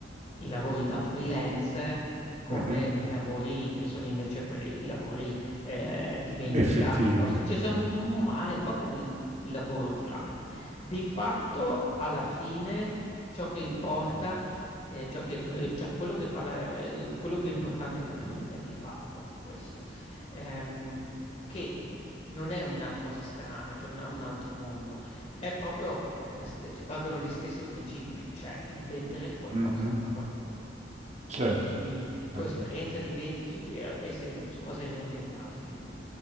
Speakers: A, on the left; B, on the right.
A: i lavori da freelancer come
B: Mhm.
A: i lavori che sono invece quelli, i lavori eh, di vendita
B: Effettivi.
A: piuttosto, cioè c'è
B: voglio
A: un,
B: dire.
A: un mare un po' come il, il lavoro offline. Di fatto, alla fine, ciò che importa, eh, ciò che, che- cioè quello che fa la- eh, quello che è importante capire di fatto è questo Ehm, che non è una cosa strana, cioè non è un altro mondo, è proprio la st c valgono gli stessi principi, cioè il vendere qualcosa
B: Mhm.
A: a qualcuno.
B: Certo,
A: Quindi tua
B: certo.
A: esperienza di vendita tu e e se su cosa eri orientato di più?